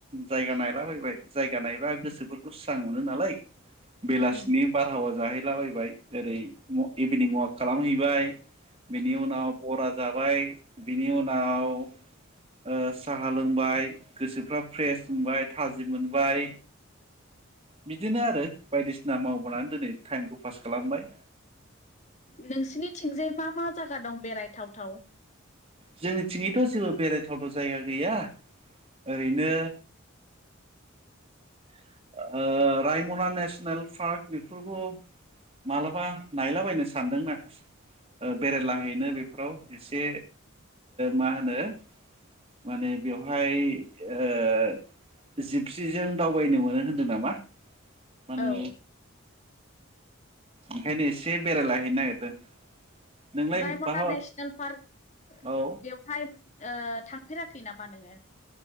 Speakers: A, on the right (about 25°); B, on the left (about 35°).
A: जायगा नायलाबायबाय जायगा नायबा गोसोफोरखौ स्रां मोनो नालाय बेलासिनि
B: उम
A: बारहावा जाहै लाबायबाय ओरै इभिनिं अवाक खालामहैबाय बेनि उनाव फरा जाबाय बिनि उनाव ओ साहा लोंबाय गोसोफ्रा फ्रेस मोनबाय थाजि मोनबाय बिदिनो आरो बायदिसिना मावबोनानै दोनै टाइमखौ पास खालामबाय
B: नोंसिनिथिंजाय मा मा जायगा दं बेरायथाव थाव
A: जोंनिथिंयैथ' जेबो बेरायथावथाव जायगा गैया ओरैनो ओ रायमना नेसनेल पार्क बेफोरखौ मालाबा नायलाबायनो सानदोंना। बेरायलाहैनो बेफोराव एसे मा होनो। माने बेवहाय ओ जिपसिजों दावबायनो मोनो। होनदो नामा माने।
B: औ
A: ओंखायनो एसे बेरायलाहैनो नागिरदों। नोंलाय
B: रायमना
A: बहा
B: नेसनेल पार्क
A: औ
B: बेवहाय। ओ थांफेराखै नामा नोङो?